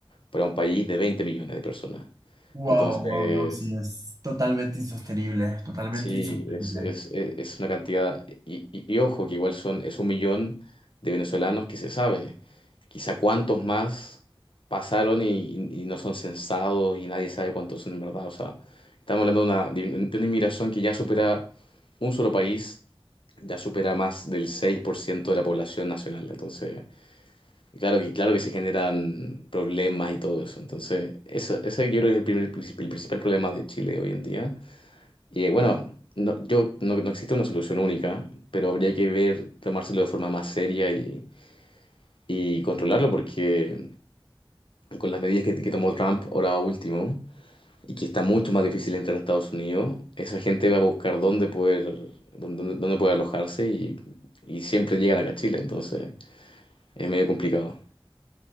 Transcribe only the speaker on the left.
para un país de veinte millones de personas.
Entonces,
Sí,
es, es, es- es una cantidad, y, y- y ojo, que igual son, es un millón de venezolanos que se sabe. Quizá cuántos más pasaron y, y- y no son censados y nadie sabe cuántos son en verdad. O sea, estamos hablando de una, de un- de una inmigración que ya supera un solo país, ya supera más del 6% de la población nacional. Entonces, claro que, claro que se generan problemas y todo eso. Entonces, eso, ese yo creo que es el primer- el principal problema de Chile hoy en día y eh, bueno, no, yo, no, no existe una solución única, pero habría que ver, tomárselo de forma más seria y, y controlarlo, porque con las medidas que, que tomó Trump ahora último, y que está mucho más difícil entrar a Estados Unidos, esa gente va a buscar dónde poder, dónde, dónde- dónde poder alojarse y, y siempre llegan acá a Chile, entonces es medio complicado.